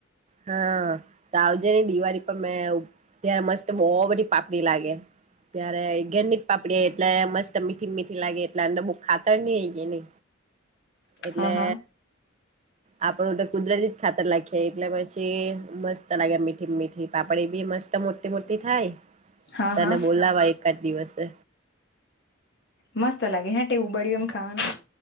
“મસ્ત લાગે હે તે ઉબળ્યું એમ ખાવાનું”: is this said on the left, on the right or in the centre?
Left